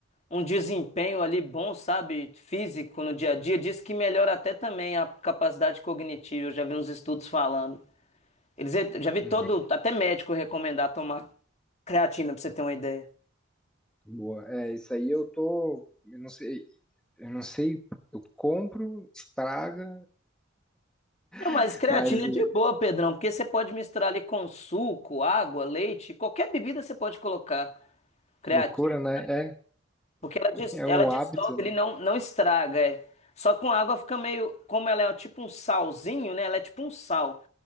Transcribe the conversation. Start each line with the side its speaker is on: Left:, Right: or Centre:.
Left: um desempenho ali bom, sabe? Físico no dia a dia. Diz que melhora até também a capacidade cognitiva. Eu já vi uns estudos falando. Eles já vi
Centre: Uhum.
Left: todo, até médico recomendar tomar creatina, pra você ter uma ideia.
Centre: Boa. É, isso aí eu tô. Eu não sei, eu não sei, eu compro, estraga,
Left: Não, mas
Centre: <laughs>
Left: creatina
Centre: mas
Left: é
Centre: é,
Left: de boa, Pedrão, porque você pode misturar ali com suco, água, leite, qualquer bebida você pode colocar creatina.
Centre: loucura, né? É,
Left: Porque ela, dis-
Centre: é
Left: ela
Centre: um
Left: dissolve,
Centre: hábito, né?
Left: ele não, não estraga. é. Só com água fica meio. Como ela é um, tipo um salzinho, né? Ela é tipo um sal.